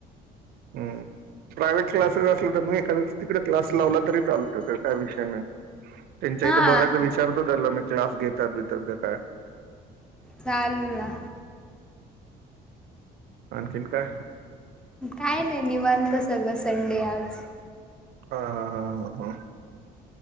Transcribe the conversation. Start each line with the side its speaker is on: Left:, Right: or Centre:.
Right: हम्म प्रायव्हेट क्लासेस असलं तर मग एखाद तिकडे क्लास लावला तरी चालतो त्यात काय विषय नाही‌. त्यांच्या
Centre: हा
Right: इथे बघायच विचारतो त्याला मी क्लास घेतात बितात का काय
Centre: चालल ना.
Right: आणखीन काय?
Centre: काय नाही निवांत सगळं संडे आज.
Right: हा, हा, हा, हा, हा.